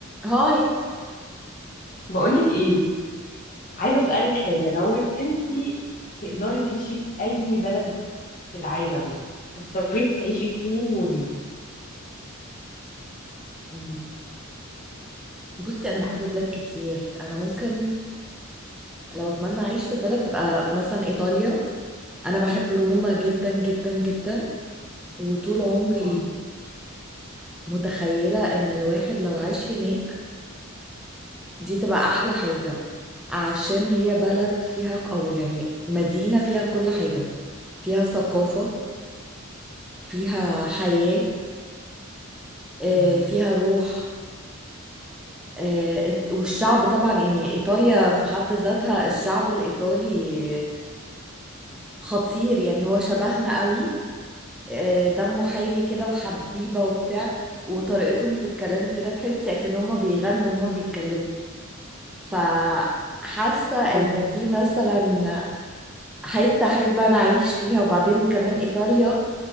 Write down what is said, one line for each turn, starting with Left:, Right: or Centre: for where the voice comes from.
Centre: هاي
Left: بقولك ايه عايزه اسالك حاجه لو انتي تقدري تعيشي في اي بلد في العالم تختاري تعيشي فين وليه
Centre: مم. بصي انا بحب بلاد كتير انا ممكن لو اتمنى اعيش في بلد تبقى مثلا ايطاليا انا بحب روما جدا جدا جدا وطول عمري
Left: مم.
Centre: متخيلة ان الواحد لو عاش هناك دي تبقى احلى حاجة عشان هي بلد فيها ك- او يعني مدينة فيها كل حاجة فيها ثقافة فيها حياة آه،
Left: مم.
Centre: فيها روح آه، والشعب طبعا يعني ايطاليا في حد ذاتها الشعب الايطالي خطير يعني هو شبهنا قوي آه، دمه حامي كده وحبيبة وبتاع وطريقتهم في الكلام كده تحسي اكن هما بيغنوا وهما بيتكلموا فحاسة ان
Left: مم.
Centre: دي مثلا حتة احب انا اعيش فيها وبعدين كمان ايطاليا